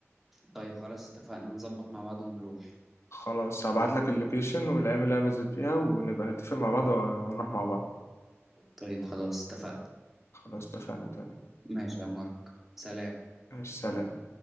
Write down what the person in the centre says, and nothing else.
طيب خلاص اتفقنا نظبط مع بعض ونروح
طيب خلاص اتفقنا
ماشي يا مارك سلام